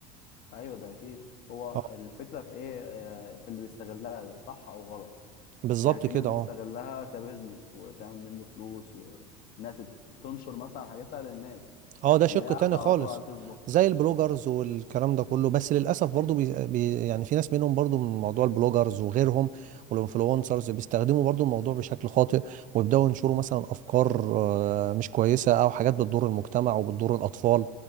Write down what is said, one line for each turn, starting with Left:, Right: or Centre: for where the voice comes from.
Left: ايوه ده اكيد هو
Right: اه
Left: الفكره في ايه آه، في اللي بيستغلها صح او غلط
Right: بالظبط
Left: يعني في
Right: كده
Left: ناس بتستغلها
Right: اه
Left: كبزنس وتعمل منه فلوس وانها تت- تنشر مثلا حاجاتها للناس
Right: اه ده شق
Left: اللي هي قاعده
Right: تاني
Left: على
Right: خالص
Left: طول على الفيسبوك
Right: زي البلوجرز والكلام ده كله بس للاسف برضو
Left: ايوه
Right: بي بي يعني في ناس منهم برضو من موضوع البلوجرز وغيرهم والانفلونسرز بيستخدموا برضو الموضوع بشكل خاطئ ويبداوا ينشروا مثلا افكار آه، مش كويسه او حاجات بتضر المجتمع وبتضر الاطفال